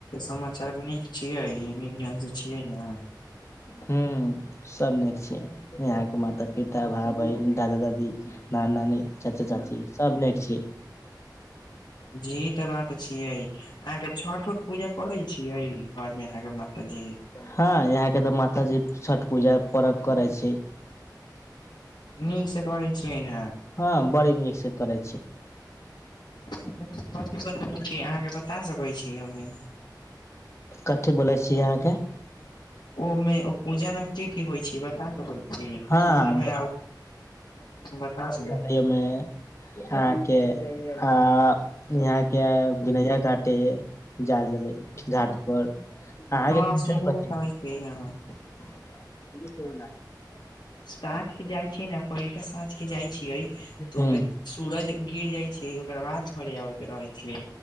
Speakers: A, on the left; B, on the left.
A: समाचार नीक छियै नीक ढंग से छियै न
B: हुॅं सब नीक छै यहाँके माता पिता भा बहिन दादा दादी नाना नानी चाचा चाची सब नीक छी
A: जी तऽ बात छियै अहाँके छठ उठ पूजा करै छीयै घर मे अहाँके माताजी
B: हँ यहाँ के तऽ माता जी छठ पूजा परव करै छै
A: नीक से करै छियै ने
B: हँ बड़ी नीकसँ करै छी
A: <unintelligible> कथी अहाँके बता सकैत छी हमे
B: कथी बोलै छीयै अहाँके
A: ओमे ओ पूजा मे की की होइ छै ई बता <unintelligible>
B: हँ
A: सुन मे आ बता स
B: एहमे अहके आ यहाँके बनैया घाटी जाल जलै घाट पर अहाँके
A: हँ सुोनू <unintelligible>
B: <unintelligible>
A: साँझ केँ जाइ छियै न पहिलका साँझ केँ जाइ छियै तऽ
B: हुं
A: ओइमें सूरज गिर जाइ छै ओकर बाद घरे आबे कऽ रहै छैै